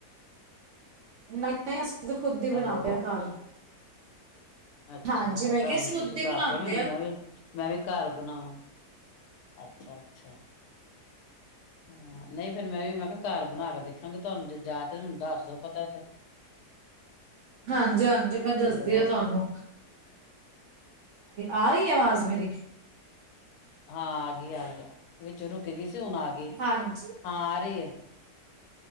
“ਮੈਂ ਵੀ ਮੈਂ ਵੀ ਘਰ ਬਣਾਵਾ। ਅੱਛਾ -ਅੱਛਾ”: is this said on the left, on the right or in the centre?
Left